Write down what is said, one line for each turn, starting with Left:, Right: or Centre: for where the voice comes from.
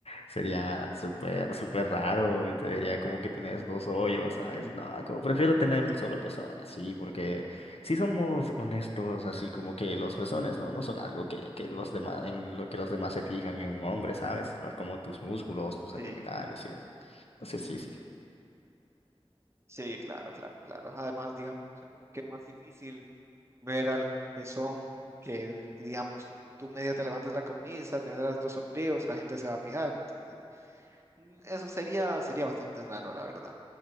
Left: sería súper, súper raro y te vería como que tenés dos hoyos, ¿sabes? No, como prefiero tener un solo pezón, así, porque si somos honestos, así como que los pezones, ¿no? No son algo que, que los demás, en lo que los demás se fijan en un hombre, ¿sabes? No es como tus músculos, tus abdominales
Right: Sí,
Left: y eso. Entonces, sí, sí.
Right: sí, claro, claro, claro. Además, digamos, es como que más difícil ver algún pezón que, digamos, tú tú medio te levantas la camisa, tendrás dos sombríos, la gente se va a fijar. Entonces, mm, eso sería, sería bastante raro, la verdad.